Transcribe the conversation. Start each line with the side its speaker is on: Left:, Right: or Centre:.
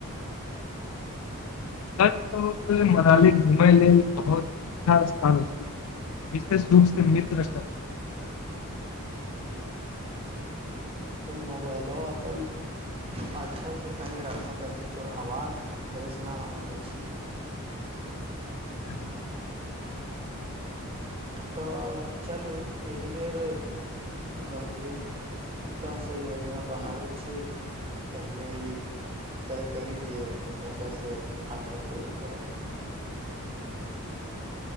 Left: सच कहूँ त मनााली घुमैय लेल बहुत अच्छा स्थान विशेष रूप से मित्र सब।
Right: त मोबाइलबा अपन अच्छा से कनि राखत अछि तोर आवाज फ्रेश न होइत अछी।
Left: हा
Right: तऽ चलू एहि बेर गम्भीर-रत्ता से योजना बनाबै छी। पहिने ई तय करी जे कतै से यात्रा शुरू करब